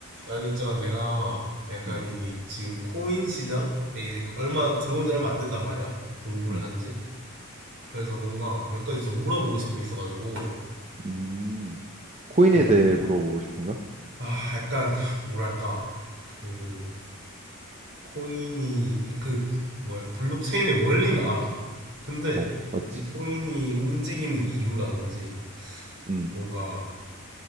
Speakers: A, on the right; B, on the right.
A: 아니 있잖아 내가 약간
B: 음,
A: 이 지금 코인 시장에 이제 얼마 들어온 지 얼마 안 됐단 말이야 공부를
B: 음,
A: 한지 그래서 뭔가 몇 가지 좀 물어보고 싶은 게 있어가지고
B: 음. 코인에
A: 어.
B: 대해 물어보고 싶은 거야?
A: 아 약간 뭐랄까 그 코인이 그 뭐야 블록체인의 원리는 알아 근데
B: 어, 맞지?
A: 이 코인이 움직이는 이유라든지
B: 음,
A: 뭔가